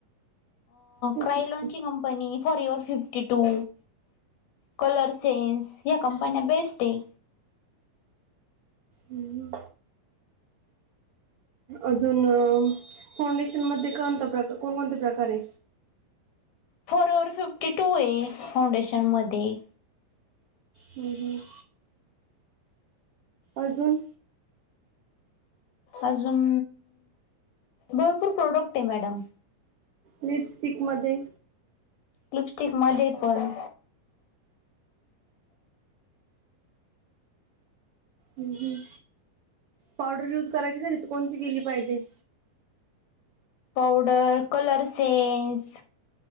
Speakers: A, on the right; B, on the left.
A: कुठली
B: क्रायलॉनची company, फॉररिव्हर fifty two. Colour sense या कंपन्या बेस्ट ए.
A: हम्. अजून फाउंडेशन मध्ये कोणता प्रकार कोणकणते प्रकार ए?
B: फॉरयेवर फिफ्टी टू -ए फाउंडेशन मध्ये.
A: हम्म हम्म. अजून?
B: अजून भरपूर प्रोडक्ट ए मॅडम.
A: लिपस्टिक मध्ये,
B: लिपस्टिक मध्ये पण,
A: हम् हम् पावडर युज करायची झाली तर, कोणती केली पाहिजे?
B: Powder, colour sense,